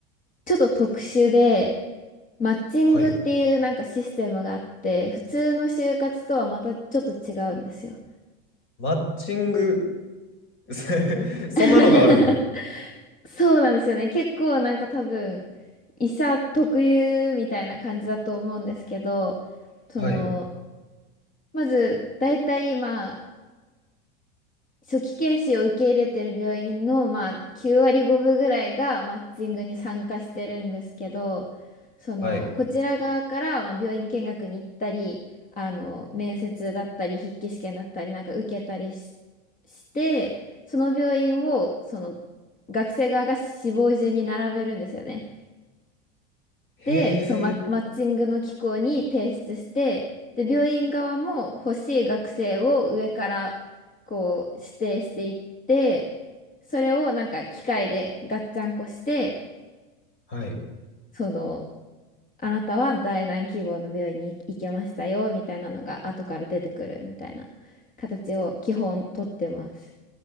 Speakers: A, on the left; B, on the left.
A: ちょっと特殊で、マッチングっていうなんかシステムがあって、
B: はい。
A: 普通の就活とはまたちょっと違うんですよ。
B: マッチング、<laughs>
A: うん
B: そんなのがあるんだ。
A: <laughs> そうなんですよね。結構なんか多分、医者特有みたいな感じだと思うんですけど、その、
B: はい。
A: まず、大体まあ、初期研修を受け入れてる病院の、まあ、9割5分ぐらいがマッチングに参加してるんですけど、その、
B: はい。
A: こちら側から、まあ、病院見学に行ったり、あの、面接だったり、筆記試験だったり、なんか受けたりし、して、その病院を、その、学生側が志望順に並べるんですよね。
B: へえ、
A: で、そう、マ、マッチングの機構に提出して、で、病院側も欲しい学生を上からこう指定していって、それをなんか機械でガッチャンコして、
B: はい。
A: その、あなたは第何希望の病院に行けましたよ、みたいなのが後から出てくるみたいな形を基本取ってます。